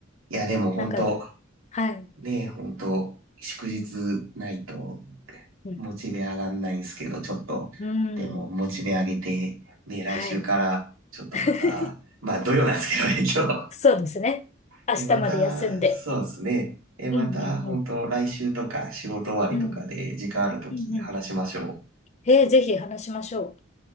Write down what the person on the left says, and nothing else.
なんか、はい。
うん、
うーん、
はい。<laughs>
そうですね。明日まで休んで。
うんうんうん。
うんうんうん。えー、ぜひ話しましょう。